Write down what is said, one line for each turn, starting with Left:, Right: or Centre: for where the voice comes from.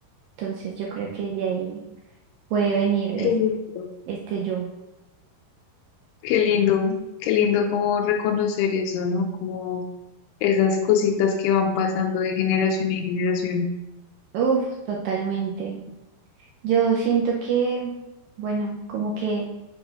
Right: Entonces yo creo que de ahí puede venir es-
Left: qué lindo.
Right: este, yo.
Left: Qué lindo, qué lindo como reconocer eso, ¿no? Como esas cositas que van pasando de generación en generación.
Right: Uf, totalmente. Yo siento que, bueno, como que